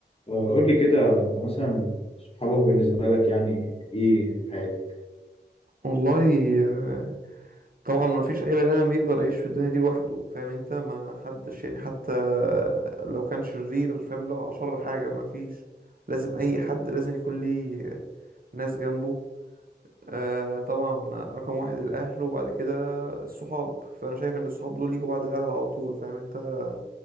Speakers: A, on the left (about 30°); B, on the right (about 50°).
A: قول لي كده انت مثلا صحابك بالنسبة لك يعني ايه في حياتك؟
B: والله آه، طبعا ما فيش اي بني ادم يقدر يعيش في الدنيا دي لوحده فاهم انت ما حدش يعني حتى لو كان شرير فاهم اللي هو اشر حاجه ما فيش لازم اي حد لازم يكون ليه ناس جنبه آه، طبعا رقم واحد الاهل وبعد كده الصحاب فانا شايف ان الصحاب دول يجوا بعد الاهل على طول فاهم انت